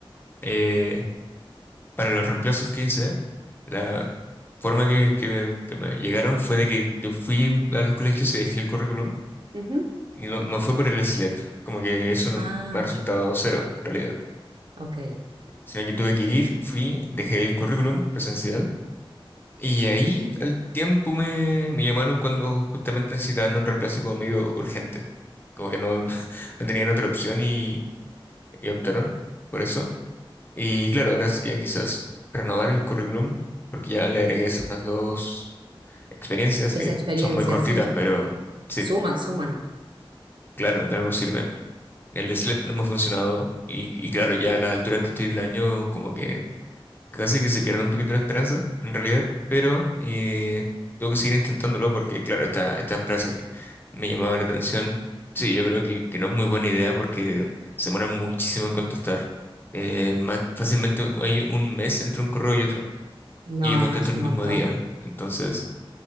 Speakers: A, on the left; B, on the right.
A: eh, para los reemplazos que hice, la forma que, que me, que me llegaron fue de que yo fui a los colegios y dejé el currículum
B: Ujú.
A: y no, no fue por el SLEP, como que eso no-
B: Ah,
A: me ha resultado cero en realidad,
B: ok.
A: sino que tuve que ir, fui, dejé el currículum presencial y ahí al tiempo me, me llamaron cuando justamente necesitaban un reemplazo como medio urgente, como que no, <laughs> no tenían otra opción y, y optaron por eso. Y claro, ahora sería quizás renovar el currículum, porque ya le agregué esas dos experiencias
B: Esa
A: que
B: experiencia,
A: son muy cortitas,
B: sí.
A: pero sí,
B: Suman, suman.
A: claro, de algo sirve. El SLEP no me ha funcionado y, y claro, ya a la altura que estoy del año, como que casi que se pierde un poquito la esperanza, en realidad, pero eh, tengo que seguir intentándolo porque, claro, esta, esta empresa que me llamaba la atención, sí, yo creo que, que no es muy buena idea porque se demora muchísimo en contestar. Eh, ma- fácilmente hay un mes entre un correo y otro.
B: No,
A: y yo contesto
B: no, es
A: el
B: un
A: mismo
B: montón.
A: día. Entonces,